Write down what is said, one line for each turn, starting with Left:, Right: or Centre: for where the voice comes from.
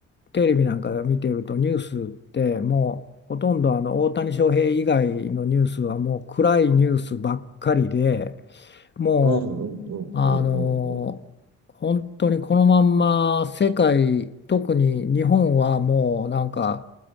Left: テレビなんか見てるとニュースってもうほとんどあの大谷翔平以外のニュースはもう暗いニュースばっかりで、も
Right: うんうんうんうんうんうん。
Left: うあの本当にこのまんま世界、特に日本はもうなんか